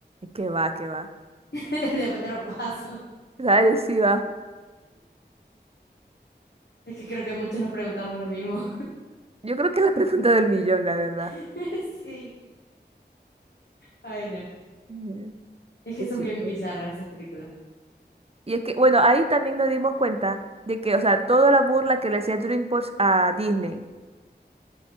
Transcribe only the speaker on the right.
¿Qué va, qué va?
Dale, sí va.
Yo creo que es la pregunta del millón, la verdad.
<laughs>
Qué
chiste.
Y es que, bueno, ahí también nos dimos cuenta de que, o sea, toda la burla que le hacía DreamWorks a Disney.